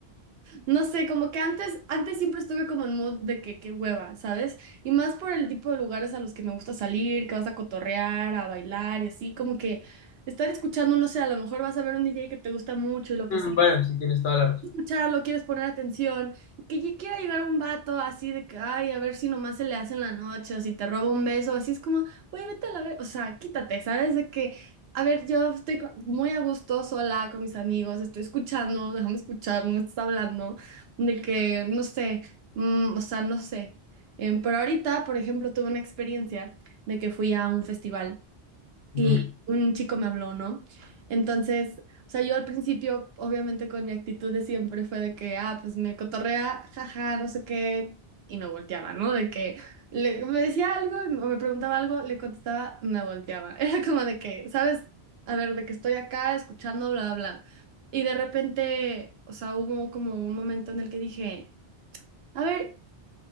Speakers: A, on the right; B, on the left.
A: No sé, como que antes, antes siempre estuve como en mood de que qué hueva, ¿sabes? Y más por el tipo de lugares a los que me gusta salir, que vas a cotorrear, a bailar y así, como que estar escuchando, no sé, a lo mejor vas a ver un DJ que te gusta mucho y lo
B: "Mm,
A: que sea
B: bueno, sí tienes toda la razón.
A: escucharlo, quieres poner atención, y que ya quiera llegar un vato así de que, ay, a ver si nomás se le hace en la noche o si te roba un beso, así es como, güey, vete a la ver, o sea, quítate, ¿sabes? De que, a ver, yo estoy co- muy a gusto sola con mis amigos, estoy escuchando, déjame escuchar, no me estás hablando, de que, no sé, mm, o sea, no sé. Em, pero ahorita, por ejemplo, tuve una experiencia de que fui a un festival.
B: Ujú.
A: Y un chico me habló, ¿no? Entonces, o sea, yo al principio, obviamente con mi actitud de siempre fue de que, ah, pues me cotorrea, jaja, no sé qué, y me volteaba, ¿no? De que le- me decía algo o me preguntaba algo, le contestaba, me volteaba. <laughs> Era como de que, ¿sabes? A ver, de que estoy acá escuchando, bla, bla. bla. Y de repente, o sea, hubo como un momento en el que dije, a ver,